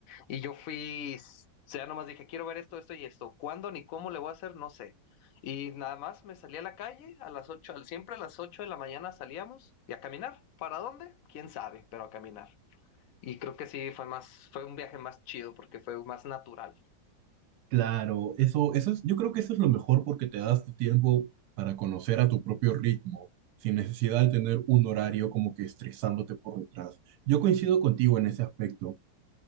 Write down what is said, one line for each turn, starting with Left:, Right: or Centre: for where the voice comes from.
Left: Y yo fui, o sea, nomás dije, quiero ver esto, esto y esto. ¿Cuándo ni cómo le voy a hacer? No sé. Y nada más me salí a la calle a las ocho, al- siempre a las ocho de la mañana salíamos y a caminar. ¿Para dónde? Quién sabe, pero a caminar. Y creo que sí fue más, fue un viaje más chido porque fue más natural.
Right: Claro, eso, eso es, yo creo que eso es lo mejor porque te das tu tiempo para conocer a tu propio ritmo, sin necesidad de tener un horario como que estresándote por detrás. Yo coincido contigo en ese aspecto.